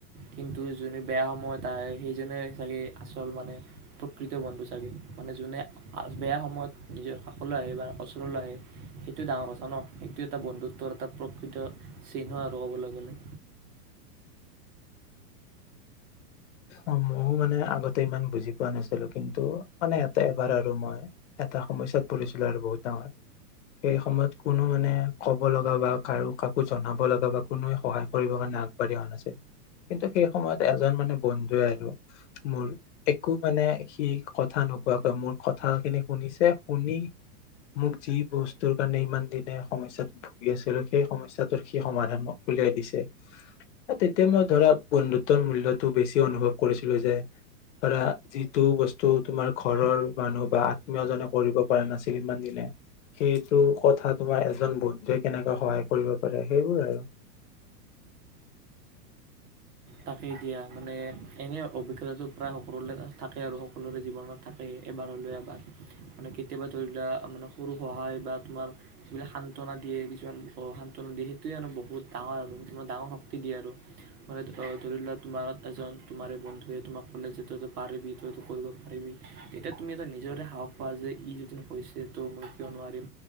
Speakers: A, on the right; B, on the left.
A: কিন্তু যোনে বেয়া সময়ত আহে সেইজনে চাগে আচল মানে প্ৰকৃত বন্ধু চাগে। মানে যোনে বেয়া সময়ত নিজৰ কাষলৈ আহে বা ওচলৈ আহে সেইটোৱে ডাঙৰ কথা ন সেইটো এটা বন্ধুত্বৰ এটা প্ৰকৃত চিহ্ন আৰু ক'বলৈ গ'লে
B: অ ময়ো মানে আগতে ইমান বুজি পোৱা নাছিলো কিন্তু মানে এটা এবাৰ আৰু মই এটা সমস্যাত পৰিছিলো আৰু বহুত ডাঙৰ সেই সময়ত কোনো মানে কব লগা বা কাৰো কাকো জনাব লগা বা কোনোৱ সহায় কৰিব কাৰণে আগবাঢ়ি অহা নাছিল। কিন্তু সেই সময়ত এজন মানে বন্ধুৱে আৰু মোৰ একো মানে সি কথা নোকোৱাকৈ মোৰ কথা খিনি শুনিছে, শুনি মোক যি বস্তুৰ কাৰণে ইমান দিনে সমস্যাত ভুগি আছিলো, সেই সমস্যাটোৰ সি সমাধানো উলিয়াই দিছে তেতিয়া মই ধৰা বন্ধুতৰ মূল্য টো বেছি অনুভৱ কৰিছিলো যে, ধৰা যিটো বস্তু তোমাৰ ঘৰৰ মানুহ বা আত্মীয়জনে কৰিব পৰা নাছিল ইমান দিনে সেইটো কথা তোমাৰ এজন বন্ধুৱে কেনেকে সহায় কৰিব পাৰে সেইবোৰ আৰু।
A: তাকেই দিয়া মানে এনেই অভিজ্ঞতাটো প্ৰায় সকলোৰে থাকে আৰু সকলোৰে জীৱনত থাকেই এবাৰ হ'লেও এবাৰ। মানে কেতিয়াবা ধৰি লোৱা মানে সৰু সহায় বা তোমাৰ যিবিলাক সান্তনা দিয়ে কিছুমান সান্তনা দিয়ে সেইটোৱে মানে বহুত ডাঙৰ আৰু তে ডাঙৰ শক্তি দিয়ে আৰু মানে ত ধৰি লোৱা তোমাক এজন তোমাৰ এই বন্ধুৱে তোমাক ক'লে যে তইতো পাৰিবি তইতো কৰিব পাৰিবি তেতিয়া তুমি তাক নিজৰে সাহস পোৱা যে ই যদিন কৈছে ত' মই কিয় নোৱাৰিম